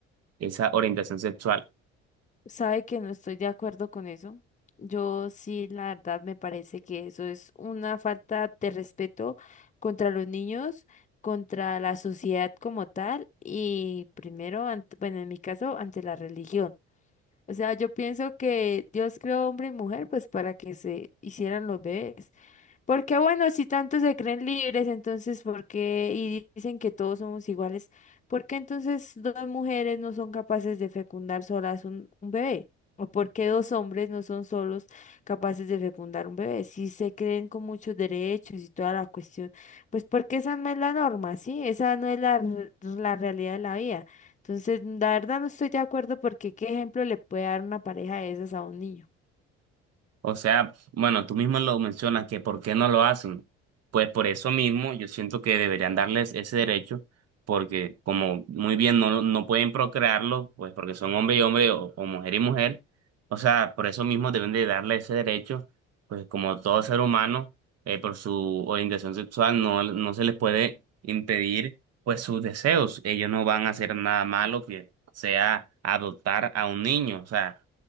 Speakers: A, on the right; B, on the left.
A: esa orientación sexual.
B: sabe que no estoy de acuerdo con eso. Yo sí, la verdad, me parece que eso es una falta de respeto contra los niños, contra la sociedad como tal y primero, ant- bueno, en mi caso, ante la religión. O sea, yo pienso que Dios creó hombre y mujer pues para que se hicieran los bebés. Porque bueno, si tanto se creen libres, entonces ¿por qué? Y dicen que todos somos iguales, ¿por qué entonces dos mujeres no son capaces de fecundar solas un, un bebé? ¿O por qué dos hombres no son solos capaces de fecundar un bebé? Si se creen con muchos derechos y toda la cuestión, pues porque esa no es la norma, ¿sí? Esa no es la, Mm. r- la realidad de la vida. Entonces, la verdad no estoy de acuerdo porque ¿qué ejemplo le puede dar una pareja de esas a un niño?
A: O sea, bueno, tú mismo lo mencionas que por qué no lo hacen. Pues por eso mismo yo siento que deberían darles ese derecho, porque como muy bien no, no pueden procrearlo, pues porque son hombre y hombre o, o mujer y mujer, o sea, por eso mismo deben de darle ese derecho, pues como todo ser humano, eh, por su orientación sexual no, no se les puede impedir pues sus deseos. Ellos no van a hacer nada malo que sea adoptar a un niño, o sea.